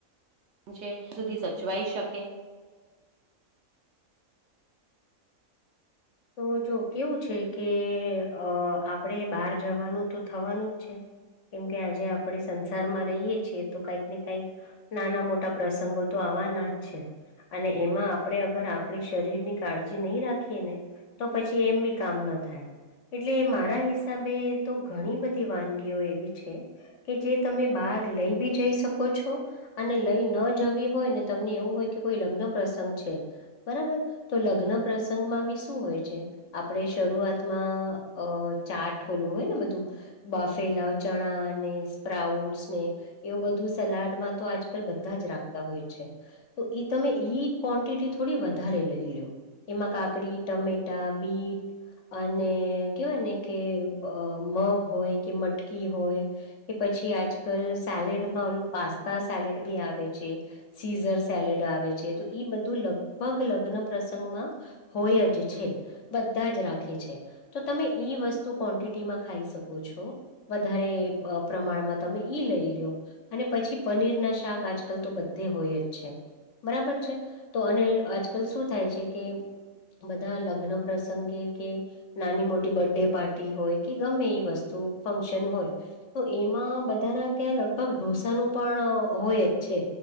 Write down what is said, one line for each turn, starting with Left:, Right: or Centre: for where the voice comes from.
Right: છે તે સુધી સચવાઈ શકે
Left: તો જો કેવું છે કે અહ આપડે બહાર જવાનું તો થવાનું જ છે. કેમ કે આજે આપડે સંસારમાં રહીએ છીએ તો કઈક ને કઈક નાના મોટા પ્રસંગો તો આવવાના જ છે. અને એમાં આપડે અગર આપડી શરીર ની કાળજી નહી રાખીએ ને તો પછી એમ બી કામ ન થાય. એટલે એ મારા હિસાબે તો ઘણી બધી વાનગીઓ એવી છે તે જે તમે બહાર લઈ બી જઈ શકો છો અને લઈ ન જવી હોય ને તમને એવું હોય કે કોઈ લગ્ન પ્રસંગ છે બરાબર તો લગ્ન પ્રસંગ માં બી શું હોય છે, આપડે શરૂઆતમાં અહ ચાટ હોલું હોય ને બધું બાફેલા ચણા, ને સ્પ્રાઉટસ, ને એવું બધું સલાડમાં તો આજકાલ બધા જ રાખતા હોય છે. તો એ તમે ઈ ક્વોન્ટિટી થોડી વધારે લઈ લો, એમાં કાકડી ટમેટા, બીટ અને કેવાયને કે અહ મગ હોય કે મટકી હોય કે પછી આજકાલ સેલેડમાં ઓલું પાસ્તા સેલેડ બી આવે છે. સીઝર સેલેડ આવે છે તો ઈ બધું લગભગ લગ્ન પ્રસંગમાં હોય જે છે. બધા જ રાખે છે તો તમે ઈ વસ્તુ ક્વન્ટિટીમાં ખાઈ શકો છો. વધારે અહ પ્રમાણમાં તમે ઈ લઈ લ્યો અને પછી પનીર ના શાક આ જકાલ તો બધે હોય જ છે બરાબર છે. તો અને આજકાલ શું થાય છે કે બધા લગ્ન પ્રસંગે કે નાની-મોટી બર્ડે પાર્ટી હોય કે ગમે એવી વસ્તુ ફંક્શન હોય તો એમાં બધાના ત્યાં લગભગ ઢોસાનું પણ હોય જ છે